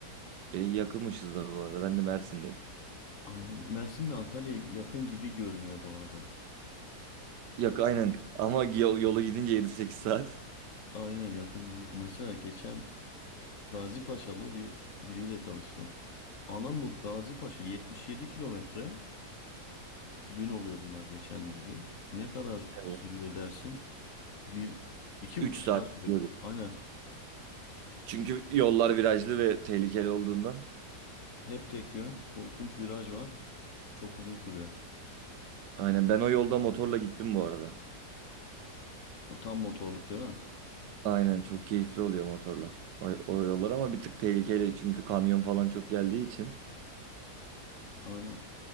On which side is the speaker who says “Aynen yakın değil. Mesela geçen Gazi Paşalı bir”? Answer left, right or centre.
Left